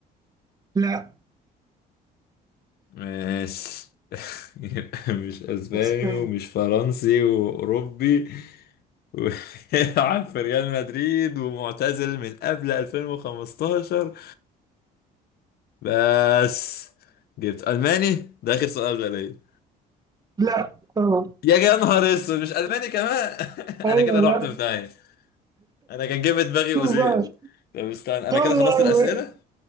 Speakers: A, on the right (about 20°); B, on the left (about 65°).
A: لا
B: ماشي <laughs> يبقى مش اسباني
A: اسباني
B: ومش فرنسي واوروبي وبيلعب <laughs> في ريال مدريد ومعتزل من قبل 2015 بس جبت الماني ده اخر سؤال بقى ليا
A: لا اه
B: يا جا- يا نهار اسود مش الماني كمان <laughs>
A: ايوه
B: انا كده رحت
A: لا
B: في داهيه انا كان جاي في دماغي
A: شوف
B: اوزيل
A: بقى
B: طب استنى انا
A: قرر
B: كده خلصت الاسئله